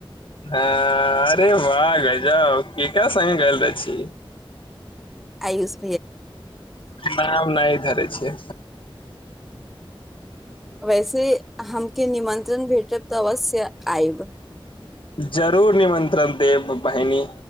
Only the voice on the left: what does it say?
ह अरे वाह गजउ केकरा संग गेल रहे छी
नाम नहि धरे छै
जरूर निमन्त्रण देब बहिनी